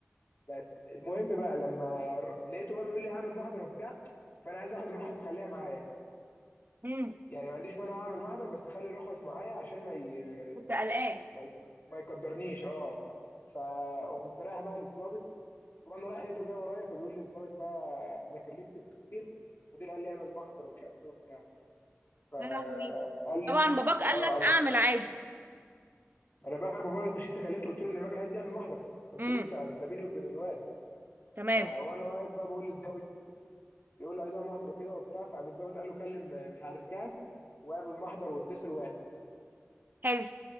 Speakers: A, on the left; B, on the right.
A: بس المهم بقى لما ر- لقيته بقى بيقول لي هعمل محضر وبتاع فانا عايز اخد الرخص خليها معايا
B: امم
A: يعني ما عنديش مانع اعمل محضر بس خلي الرخص معايا عشان ما ي...
B: كنت قلقان
A: ما, ي... ما يقدرنيش اه فقمت رايح بقى للظابط وانا رايح لقيته جاي ورايا فبيقول لي الظابط بقى انا كلمت المدير المدير قال لي اعمل محضر ومش عارف ايه وبتاع فقال
B: يا لهوي طبعا باباك قال
A: اه
B: لك اعمل عادي
A: انا بقى بابايا ما كنتش لسه كلمته قلت له ان الراجل عايز يعمل محضر كنت
B: امم
A: لسه ده بيني وبين الواد
B: تمام
A: ف- وانا واقف بقى بقول للظابط يقول له عايز اعمل محضر وكده وبتاع فقام الظابط قال له كلم آه، مش عارف كام واعمل محضر واتصل واعمل
B: حلو